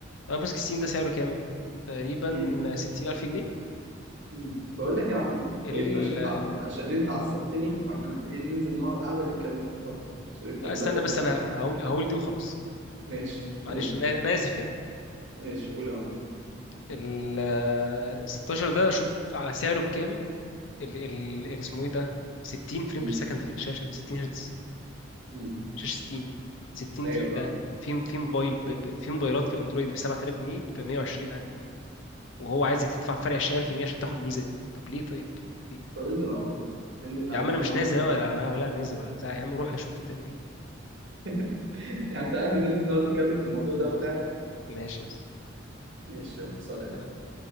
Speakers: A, on the left; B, on the right.
A: الايفون 16 ده سعره كام تقريبا
B: مم.
A: 60000 جنيه
B: مم. بقول لك يا عمر
A: ال...
B: اقفل عشان انت ع- عشان انت عصبتني واحنا محتاجين ننزل نقعد قاعده نتكلم في الحوار ده عشان انت
A: لا
B: دلوقتي
A: استنى
B: انا
A: بس
B: مش عارف
A: انا هقول هقول دي وخلاص
B: ماشي
A: معلش
B: قول
A: انا أنا اسف يعني
B: ماشي قول يا عمرو
A: ال 16 ده شوف على سعره بكام ال ال ال- اسمه ايه ده 60 فريم
B: مم.
A: بير سكند في الشاشه 60 هرتز
B: مم.
A: شاشه 60 60
B: ايوه
A: دي ده
B: فاهم
A: في في موبايل ب... ب- في موبايلات في الاندرويد ب 7000 جنيه ب 120 عادي وهو عايزك تدفع فرق 20000 جنيه عشان تاخد الميزه دي طب ليه طيب ليه
B: طب انزل يا عمرو انزل انزل تعالى
A: يا عم
B: بقى
A: انا مش
B: نقعد
A: نازل
B: نتكلم
A: أنا ولا ولا نازل ولا بتاع يا عم روح اشوف انت بتعمل ايه
B: <laughs> يعني تعالى ننزل نقعد نتكلم في الموضوع ده وبتاع
A: ماشي يا أسطى.
B: ماشي يلا سلام
A: يلا